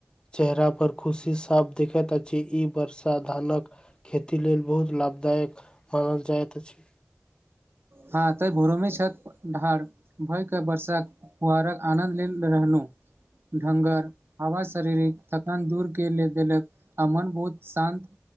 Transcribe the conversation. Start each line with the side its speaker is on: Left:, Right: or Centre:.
Left: चेहरा पर खुशी साफ देखति अछि ई वर्षा धानक खेती लेल बहुत लाभदायक मानल जाइत अछि
Right: हां तऽ भोरोमे छथि ढार भय क वर्षा फुहारक आनन्द ले रहनू घनगर हवा शारीरिक थकान दूर के ले देलक आ मन बहुत शान्त